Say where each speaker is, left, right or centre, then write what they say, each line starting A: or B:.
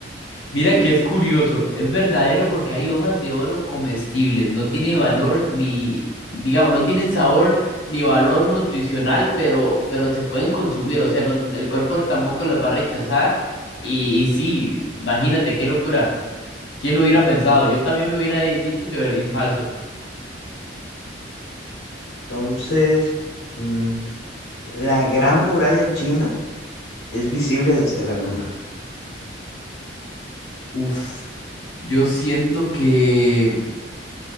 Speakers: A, on the left (about 75°); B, on the left (about 60°).
A: Mira que es curioso, es verdadero porque hay hojas de oro comestibles, no tiene valor ni, digamos, no tienen sabor ni valor nutricional, pero, pero se pueden consumir, o sea, no- el cuerpo tampoco las va a rechazar y, y sí, imagínate qué locura, ¿quién lo hubiera pensado? Yo también me hubiera dicho que ver- falso.
B: Entonces, mm, la gran muralla china es visible desde la luna.
A: Uf, yo siento que,